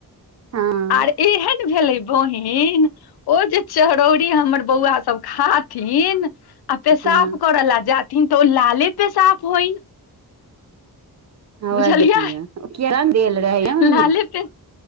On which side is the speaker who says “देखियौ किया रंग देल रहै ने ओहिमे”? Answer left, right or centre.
Right